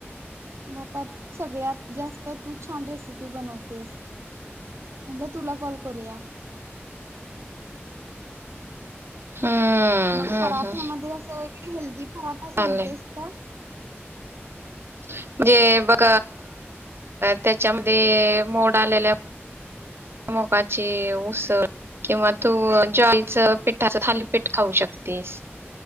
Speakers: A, on the right (about 85°); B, on the right (about 60°).
A: म आता सगळ्यात जास्त तू छान रेसिपी बनवतेस म्हण तु कॉल कोरया
B: हम्म
A: मग
B: हम्म
A: पराठ्यामध्ये
B: हम्म
A: असं वगैरे हेल्दी राठा
B: चालेल
A: सांगतेस का
B: म्हणजे बघ त्याच्यामध्ये मोड आलेल्या मोगाचे उसळ किंवा तू ज्वाळीच पिठाच खथालीपीठ खाऊ शकतेस